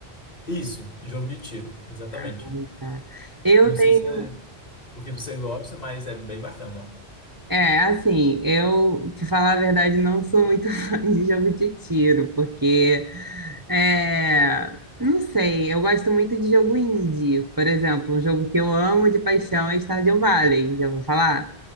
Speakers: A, on the left; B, on the right.
A: Isso, jogo de tiro, exatamente.
B: Ah, tá. Eu
A: Não sei
B: tenho.
A: se é o que você gosta, mas é bem bacana.
B: É, assim, eu, te falar a verdade, não sou muito <laughs> fã de jogo de tiro, porque. É, não sei, eu gosto muito de jogo indie. Por exemplo, um jogo que eu amo de paixão é Stardew Valley, já vou falar?